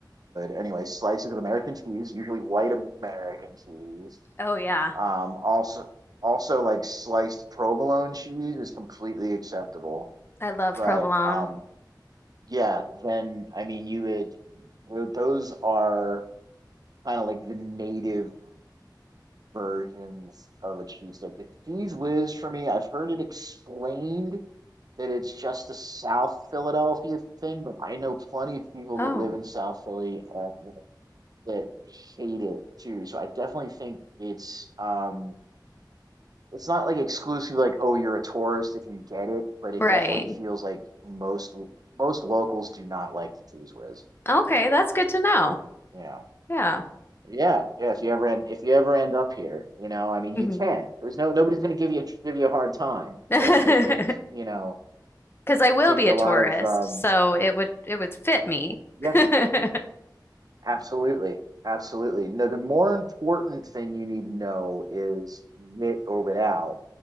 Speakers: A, on the right; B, on the left.
A: anyway slices of American cheese, usually white American cheese
B: Oh yeah,
A: Um, also, also like sliced provolone cheese is completely acceptable.
B: I love
A: But
B: provolone.
A: um, yeah, then I mean you would tho- those are kind of like the native versions of a cheese cheesesteak. The cheese whiz for me, I've heard it explained that it's just a South Philadelphia thing, but I know plenty of people
B: Oh,
A: that live in South Philly uh, that that hate it too. So I definitely think it's um it's not like exclusive like oh you're a tourist if you get it but it
B: right.
A: definitely feels like most most locals do not like the cheese whiz
B: Okay, that's good to know.
A: so you know
B: Yeah.
A: yeah yeah if you ever end if you ever end up here you know i mean
B: hmm
A: you can there's no nobody's going to give you a, give you a hard time
B: <laughs>
A: but i think you know
B: Because I will
A: i think
B: be
A: a
B: a
A: lot
B: tourist,
A: of um
B: so it would it would fit me.
A: yeah
B: <laughs>
A: absolutely absolutely no the more important thing you need to know is with or without